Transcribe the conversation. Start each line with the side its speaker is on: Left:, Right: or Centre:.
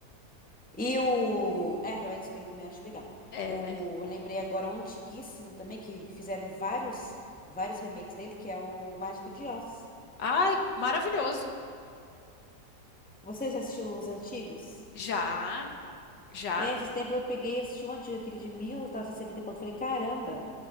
Centre: E o. É, através do espelho também eu acho legal.
Left: É.
Centre: O... Eu lembrei agora um antiguíssimo também, que fizeram vários, vários remakes dele, que é o Mágico de Oz.
Left: Ai, maravilhoso.
Centre: Você já assistiu os antigos?
Left: Já, já.
Centre: É, esses tempos eu peguei e assisti um antigo, aquele de 1970 e setenta e pouco. Falei, caramba,